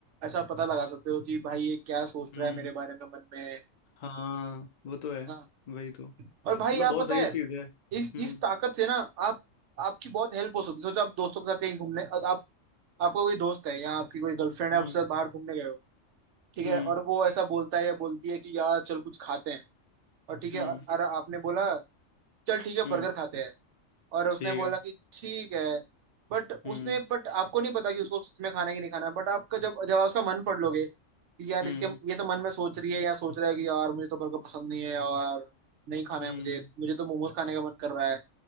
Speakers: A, on the right (about 70°); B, on the left (about 60°).
A: ऐसा पता लगा सकते हो कि भाई ये क्या सोच
B: हम्म
A: रहा है मेरे बारे में मन में है
B: हाँ वो तो है
A: ना
B: वही तो
A: और
B: मतलब
A: भाई आप
B: बहुत
A: पता
B: सही
A: है
B: चीज है हम्म
A: इस इस ताकत से ना आप आपकी बहुत हेल्प हो सकती है सोचो आप दोस्तों के साथ कहीं घूमने आप आपका कोई दोस्त है या आपकी कोई गर्लफ्रेंड
B: हम्म
A: है उससे बाहर घूमने गए हो ठीक
B: हम्म
A: है और वो ऐसा बोलता है या बोलती है कि यार चल कुछ खाते हैं और ठीक
B: हम्म
A: है और, और आपने बोला चल ठीक है
B: हम्म
A: बर्गर खाते हैं और उसने
B: ठीक
A: बोला
B: है
A: कि ठीक है बट उसने
B: हम्म
A: बट आपको नहीं पता कि उसको सच में खाना है कि नहीं खाना है बट आपका जब जब आप उसका मन पढ़ लोगे कि यार
B: हम्म
A: इसके ये तो मन में सोच रही है या सोच रहा है कि यार मुझे तो बर्गर पसंद नहीं है और नहीं खाना
B: हम्म
A: है मुझे मुझे तो मोमोज खाने का मन कर रहा है